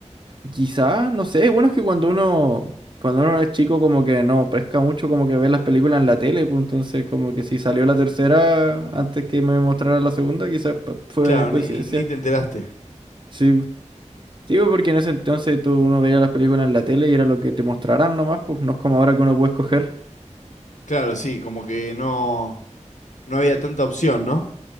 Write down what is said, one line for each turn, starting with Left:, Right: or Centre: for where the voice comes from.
Right: Quizás, no sé, bueno, es bueno que cuando uno, cuando uno es chico como que no pesca mucho, como que ve las películas en la tele, pues entonces como que si salió la tercera antes que me mostrara la segunda, quizás pa- fue
Left: Claro,
Right: coincidencia.
Left: ni, ni te enteraste.
Right: Sí, Sí, pues, porque en ese entonces tú uno veía las películas en la tele y era lo que te mostrarán nomás, pues no es como ahora que uno puede escoger.
Left: Claro, sí, como que no, no había tanta opción, ¿no?